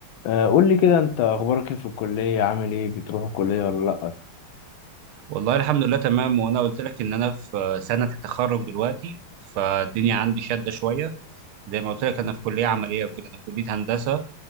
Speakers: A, on the left; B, on the right.
A: آه، قول لي كده انت اخبارك ايه في الكليه عامل ايه بتروح الكليه ولا لا
B: والله الحمد لله تمام وانا قلت لك ان انا في سنة التخرج دلوقتي فالدنيا عندي شادة شوية زي ما قلت لك انا في كلية عملية وكده انا في كلية هندسة